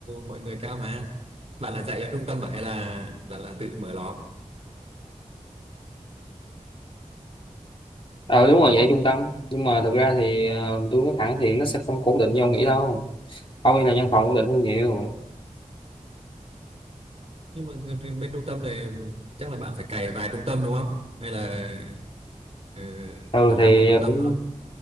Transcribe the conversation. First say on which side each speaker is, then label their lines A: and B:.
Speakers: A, on the right; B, on the left.
A: mọi người cao mà. Bạn là dạy ở trung tâm mà hay là là là tự mở lò?
B: ờ đúng rồi vậy trung tâm nhưng mà thực ra thì ờ, tôi nói thẳng thì nó sẽ không ổn định như ông nghĩ đâu ông đi là văn phòng ổn định hơn nhiều
A: Nhưng mà bên trung tâm này chắc là bạn phải cày vài trung tâm đúng không? Hay là ờ,
B: ừ
A: là làm
B: thì
A: một trung tâm
B: cũng
A: thôi?